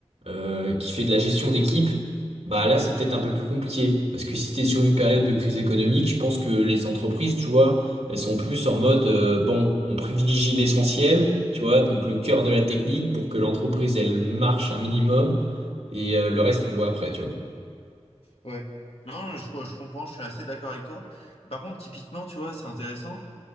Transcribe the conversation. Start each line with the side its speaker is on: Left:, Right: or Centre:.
Right: euh, qui fait de la gestion d'équipe, bah là c'est peut-être un peu plus compliqué parce que si t'es sur une période de crise économique, je pense que les entreprises, tu vois elles sont plus en mode, euh, bon, on privilégie l'essentiel, tu vois, donc le cœur de la technique pour que l'entreprise, elle marche un minimum et euh, le reste, on voit après, tu vois.
Left: ouais. Non, je, je comprends, je suis assez d'accord avec toi. Par contre, typiquement, tu vois, c'est intéressant.